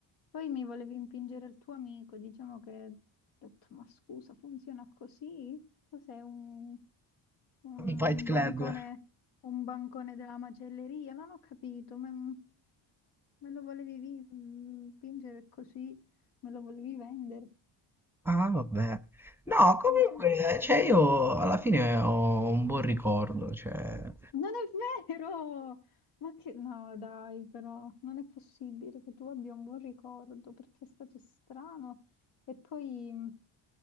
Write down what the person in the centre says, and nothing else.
fight club.
Ah, vabbè. No, comunque,
cioè io alla fine ho un buon ricordo, cioè...